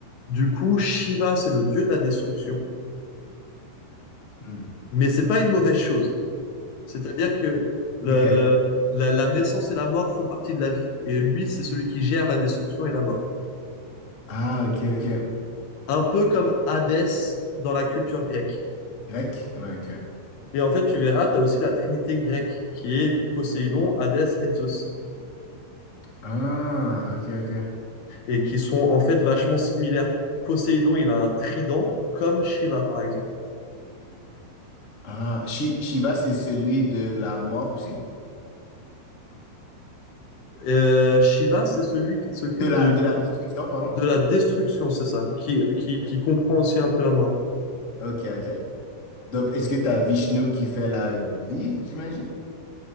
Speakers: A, on the left; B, on the left.
A: Du coup, Shiva, c'est le dieu de la destruction,
B: Hmm.
A: mais c'est pas une mauvaise chose. C'est-à-dire que le,
B: Ok.
A: le- la la naissance et la mort font partie de la vie. Et lui, c'est celui qui gère la destruction et la mort.
B: Ah, ok, ok.
A: un peu comme Hadès dans la culture grecque.
B: Grec. Ouais, ok.
A: Et en fait, tu verras, tu as aussi la trinité grecque qui est Poséidon, Hadès et Zeus,
B: Ah, ok, ok.
A: et qui sont en fait vachement similaires. Poséidon, il a un trident, comme Shiva, par exemple.
B: Ah, Shi- Shiva, c'est celui de la mort aussi?
A: Euh, Shiva, c'est celui qui s'occupe
B: De la,
A: de,
B: de la destruction, pardon?
A: de la destruction, c'est ça, qui,
B: Ok,
A: qui,
B: ok,
A: qui comprend aussi un peu la mort.
B: ok. ok. Donc, est-ce que t'as Vishnu qui fait la vie, j'imagine?